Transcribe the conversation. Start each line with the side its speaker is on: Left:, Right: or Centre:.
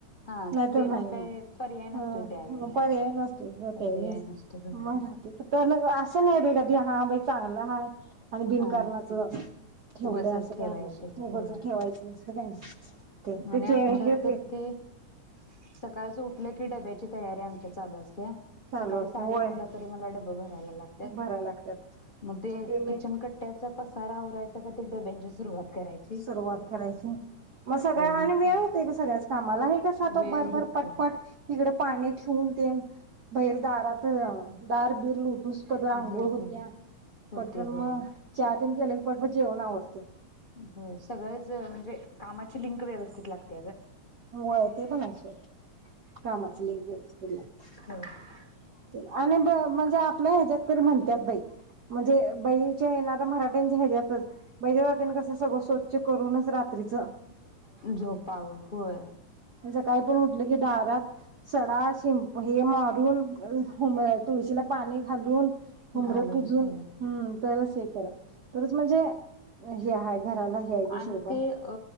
Left: हा
Right: नाही तर
Left: ते
Right: नाही
Left: काय
Right: मग
Left: पर्याय नसतोय
Right: हां
Left: त्यावेेळेला
Right: पर्याय नसतो ग
Left: पर्याय
Right: त्यावेळीस
Left: नसतो होय
Right: म राहतीतं त्यानं ग असं नाही बई कधी हां बई चांगलं हाय आणि बिनकारणाचं
Left: हा
Right: ठेवलंय
Left: उगचच
Right: असं
Left: ठेवायचे
Right: काय नाही
Left: होय
Right: उगचच ठेवायचं <unintelligible> त्याचे
Left: आणि आमच्यात
Right: हेच
Left: तर
Right: येत
Left: ते, सकाळचं उठलं की डब्याची तयारी आमच्या चालू असते च
Right: चालू
Left: सकाळी
Right: असते
Left: साडे
Right: होय
Left: सातला तरी मला डब भर मला लागत्यात,
Right: भराय लागतात
Left: म ते
Right: मग मी
Left: किचन कट्ट्याचा पसारा आवराय आत्ता डब्यांची सुरुवात करायची.
Right: सुरुवात करायची, मस् होय आणि
Left: मग
Right: वेळ
Left: ते
Right: होतंय ग सगळ्याच कामाला हे कसं आता
Left: वेळ
Right: भरभर
Left: होतोय
Right: पटपट इकडे पा हे ठेवून तेन, बैर दारात या दार बीर लो दुसपद अंघोळ
Left: लोटून.
Right: होत्या,
Left: होते
Right: पटकन
Left: होय
Right: म चा केले पर प जेवण आवरते
Left: हो सगळंच म्हणजे कामाची लिंक व्यवस्थित लागत्या ग
Right: व्हय ते पण आहे सोड कामाची लई गरज पडल्या
Left: होय
Right: आणि म्हणजे आपल्या ह्याच्यात तरी म्हणतात बाई म्हणजे बहीरच्या येणाऱ्या मरा <unintelligible> आपण कसं सगळं स्वच्छ करूनच रात्रीच
Left: झोपावं होय
Right: म्हणजे काय पण उठलं की दारात सडा शिं हे मारून <unintelligible> मग तुळशीला पाणी घालून हुमरं
Left: घालूनच
Right: पुजून
Left: होय.
Right: हम्म तरच हे करा तरच म्हणजे हे आहे घराला हे आहे ग
Left: आणि
Right: शोभा
Left: ते अ